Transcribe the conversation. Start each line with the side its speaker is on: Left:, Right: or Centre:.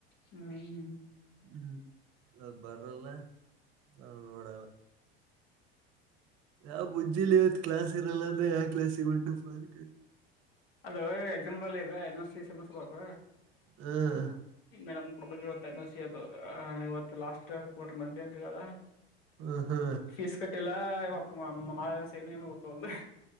Left: ಹ್ಮ್
Right: ಹ್ಮ್ ಅ ಬರಲ್ಲ ನ ನೋಡಲ್ಲ ಯಾವ ಬುಜ್ಜಲಿ ಇವತ್ ಕ್ಲಾಸ್ ಇರಲ್ಲ ಅಂದ್ರ ಯಾವ ಕ್ಲಾಸಿಗೆ ಉಟು ಪರ್
Left: ಅದ ಎಕ್ಸಾಮಂಪಲ್ ಇದೆ ಎನ್ ಸಿ ಸೆಮಸ್ರ್ ಬಾಕ್
Right: ಹ್ಮ್
Left: ಮೇಡಮ್ ಕೊಡಬೇಕ್ ಇವತ್ತ ಎನ್ ಓ ಸಿ ಅದು ಇವತ್ತು ಲಾಸ್ಟ್ ಕೊಡ್ರಿ ಮಧ್ಯಾಹ್ನ ಅಂತ ಹೇಳಾರ
Right: ಹ್ಮ ಹಾ
Left: ಫೀಸ್ ಕಟ್ಟೆ ಇಲ್ಲಾ ಇವ ಮಳ ಸಹಿನ್ ಏನು ಏನು ಗೊತ್ತಲ್.